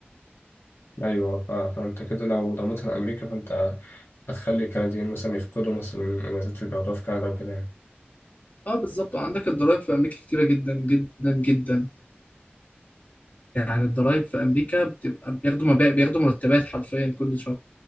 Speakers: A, on the left (about 80°); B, on the left (about 40°).
A: ايوه ف... فانت كده لو ضمتها لامريكا فانت هتخلي الكنديين مثلا يفقدوا مثلا المميزات اللي بياخدوها في كندا وكده يعني
B: أه بالظبط وعندك الضرايب في أمريكا كتيرة جدا جدا جدا يعني الضرايب في أمريكا بتبقى بياخدوا مبالغ بياخدوا مرتبات حرفيا كل شهر